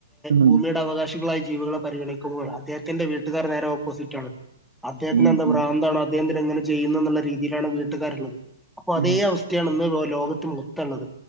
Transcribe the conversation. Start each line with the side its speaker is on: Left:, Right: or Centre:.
Right: ഉം
Centre: ഭൂമിയുടെ അവകാശികളായി ജീവികളെ പരിഗണിക്കുമ്പോൾ അദ്ദേഹ ത്തിന്റെ വീട്ടുകാര് നേരെ ഓപ്പോസിറ്റാണ് അദ്ദേഹത്തിന്
Right: ഉം
Centre: എന്താ
Right: ഉം
Centre: ഭ്രാന്താണ് അദ്ദേഹത്തിന് എങ്ങനെ ചെയ്യുന്നെന്നുള്ള രീതിയിലാണ് വീട്ടുകാരുള്ളത് അപ്പൊ അതേ
Right: ഉം
Centre: അവസ് ത്തേണ് ഇന്ന് ലോകത്ത് മൊത്തള്ളത്